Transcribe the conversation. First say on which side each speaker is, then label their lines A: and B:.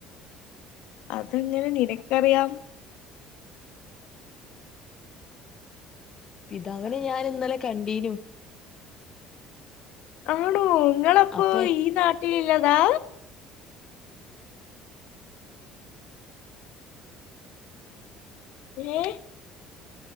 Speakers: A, on the left; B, on the left.
A: അതെങ്ങനെ നിനക്കറിയാം
B: പിതാവിനെ ഞാൻ ഇന്നലെ കണ്ടീനു.
A: ആണോ ഇങ്ങളപ്പൊ
B: അപ്പേ
A: ഈ നാട്ടീലിള്ളതാ? ഏ